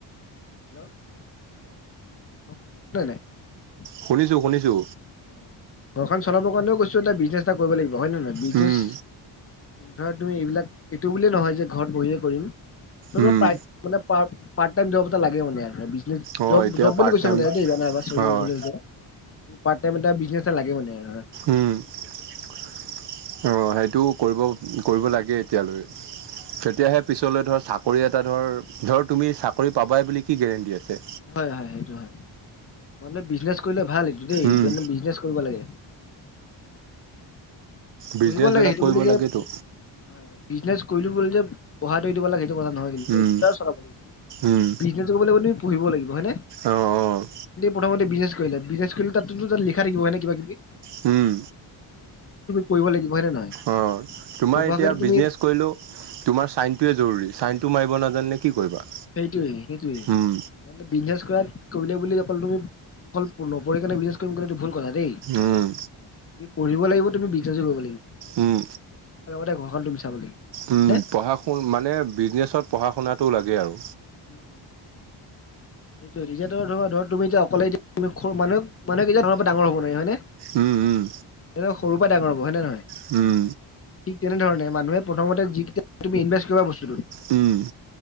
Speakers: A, on the left; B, on the right.
A: <unintelligible>
B: শুনিছোঁ শুনিছোঁ
A: অ ঘৰখন চলাবৰ কাৰণেও কৈছো এটা বিজনেছ এটা কৰিব লাগিব হয়ে নহয় নহয় বিজনেচ
B: উম,
A: ধৰা তুমি এইবিলাক এইটো বুলিয়ে নহয় যে ঘৰত বহিয়ে কৰিম প্ৰায়
B: উম,
A: মানে প পাট টাইম জব এটা লাগে মানে
B: অ', এতিয়া
A: জব বুলি
B: পাৰ্ট
A: কৈছে
B: টাইম
A: মানে দেই মানে সৌৰি
B: হয়,
A: মোৰ ভুল হৈছে পাৰত টাইম বিকনেজ এটা লাগে মানে আৰ
B: উম আহ সেইটো কৰিব কৰিব লাগে। তেতিয়ালৈ তেতিয়াহে পিছলৈ ধৰ চ চাকৰি এটা ধৰ ধৰ তুমি চাকৰি পাবাই বুলি কি গেৰেণ্টি আছে
A: হয় হয় সেইটো হয় মানে বিজনেছ কৰিলে ভাল দেই
B: উম,
A: বিজনেচ কৰিব লাগে
B: বিজনেছবিলাক
A: পঢ়িব লাগে সেইটো
B: কৰিব
A: বুলি যে
B: লাগেতো,
A: হয় বিজনেছ কৰিলো বুলি যে পঢ়াটো এৰি দিব লাগে সেইটো কথা নহয় কিন্তু দেই,
B: উম।
A: দুটাই চলাব লাগে।
B: উম,
A: বিজনেচ কৰিব লাগিব তুমি,, পঢ়িব লাগিব হয়নে,
B: অ', অ',
A: প্ৰথমতে বিচনেচ কৰিলে বিজনেছ কৰিলে তাতো লিখা থাকিব হয়ে কিবাকিবি
B: হুম
A: পঢ়িব লাগিব হয় নে নহয়?
B: অঁ তোমাৰ
A: নপঢ়াকেতো
B: এতিয়া বিজনেছ
A: তুমি
B: কৰিলেও তোমাৰ ছাইনটোৱে জৰুৰী ছাইনটো মাৰিব নালাগে জানিলে কি কৰিবা
A: সেইটোয়ে সেইটোয়ে
B: উম,
A: ম বিজনেছ কৰাত কৰিলে বুলি তুমি অকল পূৰ্ণ বি কৰিম এইটো ভুল কথা দেই
B: উম।
A: পঢ়িব লাগিব তুমি বিজনেচজো কৰিব লাগিব
B: উম
A: আৰু লগতে ঘৰখন তুমি চাব লাগিব
B: উম
A: হয়নে?
B: পঢ়া শু মানে বিজনেছত পঢ়া শুনাটো লাগে আৰু
A: <unintelligible> সেইটো এতিয়া ধৰ ধক তুমি এতিয়া অকলে মানুহে এতিয়া ধৰ ডাঙৰ হব নোৱাৰে হয়নে <unintelligible>
B: উম উম
A: এ সৰু পৰা ডাঙৰ হব হয় নে নহয়
B: হুম
A: ঠিক তেনেধৰণ মানুহে প্ৰথমতে যিকেইটা তুমি ইভেষ্ট কৰিবা বস্তুটো
B: উম